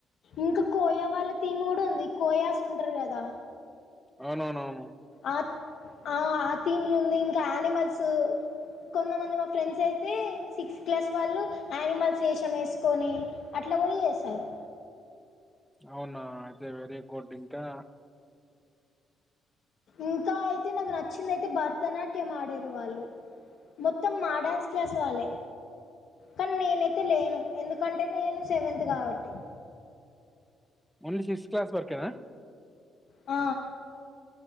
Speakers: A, on the left; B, in the centre.
A: ఇంకా కోయా వాళ్ళ థీమ్ కూడా ఉంది కోయాస్ ఉంటారు కదా
B: అవునవునవును
A: ఆ ఆ ఆ థీమ్లు ఉంది ఇంకా యానిమల్స్ కొంతమంది మా ఫ్రెండ్స్ అయితే సిక్స్త్ క్లాస్ వాళ్ళు యానిమల్స్ వేషం వేసుకొని అట్లా కూడా చేసారు
B: అవునా అయితే వెరీ గుడ్ ఇంకా
A: ఇంకా అయితే నాకు నచ్చింద అయితే భరతనాట్యం ఆడిరు వాళ్ళు మొత్తం మా
B: బ
A: డాన్స్ క్లాస్ వాళ్ళే కానీ నేనైతే లేను ఎందుకంటే నేను సెవెంత్ కాబట్టి
B: ఓన్లీ సిక్స్త్ క్లాస్ వరకేనా
A: ఆ